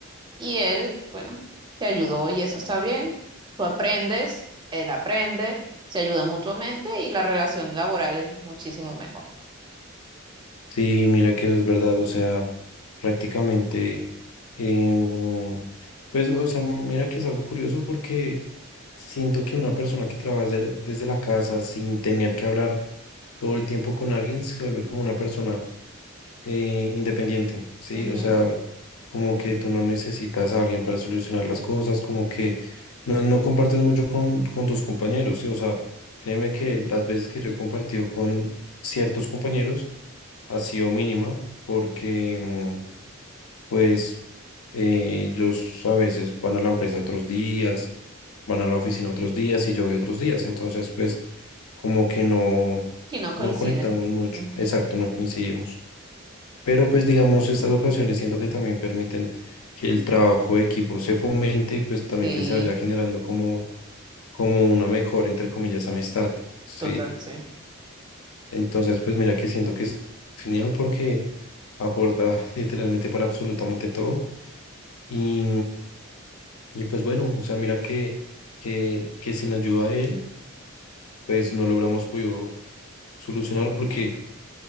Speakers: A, on the right; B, on the left.
A: y él, bueno, te ayudó y eso está bien. Tú aprendes, él aprende, se ayudan mutuamente y la relación laboral es muchísimo mejor.
B: Sí, mira que eso es verdad, o sea, prácticamente, em, pues, o sea, mira que es algo curioso porque siento que una persona que trabaja desde desde la casa sin tener que hablar todo el tiempo con alguien se vuelve como una persona eh, independiente, ¿sí?
A: Ujú.
B: O sea, como que tú no necesitas a alguien para solucionar las cosas, como que no, no compartes mucho con, con tus compañeros, ¿sí? O sea, créeme que las veces que yo he compartido con ciertos compañeros ha sido mínima, porque mm, pues eh, ellos a veces van a la empresa otros días, van a la oficina otros días y yo voy otros días, entonces pues como que no,
A: Si no coinciden.
B: no conectamos mucho,
A: Sí, <laughs>
B: exacto, no coincidimos. Pero pues digamos, estas ocasiones siento que también permiten que el trabajo de equipo se fomente y pues también
A: sí,
B: que se vaya generando como, como una mejor, entre comillas, amistad, ¿sí?
A: total, sí.
B: Entonces, pues mira que siento que es genial porque aporta literalmente para absolutamente todo y, y pues bueno, o sea, mira que, que, que sin la ayuda de él, pues no logramos podido solucionar porque